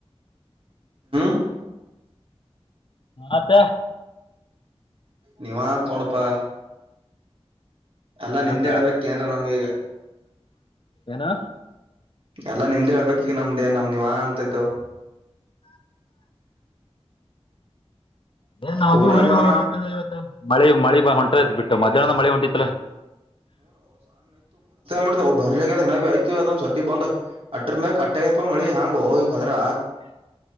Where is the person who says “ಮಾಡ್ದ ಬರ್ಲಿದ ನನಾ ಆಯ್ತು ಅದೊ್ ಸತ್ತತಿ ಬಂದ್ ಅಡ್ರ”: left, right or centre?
Right